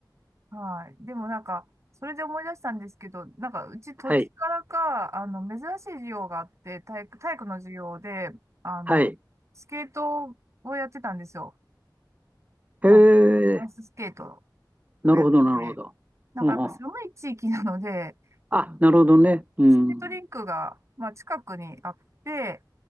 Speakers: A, on the right; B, on the right.
A: はい。でもなんか、それで思い出したんですけど、なんか、うち土地からか、
B: はい。
A: あの、珍しい授業があって、体育、体育の授業で、あの、
B: はい。
A: スケートをやってたんですよ。
B: へ
A: あの、アイススケート
B: え。なるほど、
A: をやってて、
B: なるほど。
A: なんかやっぱ寒い地域なので、
B: うん。あ、なるほどね。うん。
A: スケートリンクが、まあ、近くにあって、